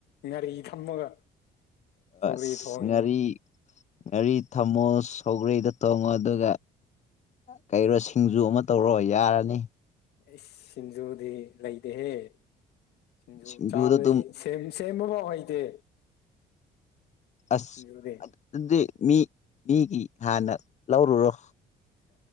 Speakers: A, on the left; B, on the left.
A: ꯉꯥꯔꯤ ꯊꯝꯃꯒ ꯁꯧꯒ꯭ꯔꯤ
B: ꯑꯁ
A: ꯊꯣꯡꯉꯤꯅꯦ
B: ꯉꯥꯔꯤ ꯉꯥꯔꯤ ꯊꯝꯃꯣ ꯁꯧꯒ꯭ꯔꯤꯗꯣ ꯊꯣꯡꯉꯣ ꯑꯗꯨꯒ ꯀꯩꯔꯣ ꯁꯤꯡꯖꯨ ꯑꯃ ꯇꯧꯔꯣ ꯌꯥꯔꯅꯤ
A: ꯑꯩꯁ ꯁꯤꯡꯖꯨꯗꯤ ꯂꯩꯇꯦꯍꯦ ꯁꯤꯡꯖꯨ
B: ꯁꯤꯡꯖꯨꯗꯣ
A: ꯆꯥꯕꯗꯤ
B: ꯑꯗꯨꯝ
A: <unintelligible> ꯁꯦꯝꯕ ꯐꯥꯎ ꯍꯩꯇꯦ
B: ꯑꯁ
A: ꯁꯤꯡꯖꯨꯗꯤ
B: ꯑꯗꯨꯗꯤ ꯃꯤ ꯃꯤꯒꯤ ꯍꯥꯟꯅ ꯂꯧꯔꯨꯔꯣ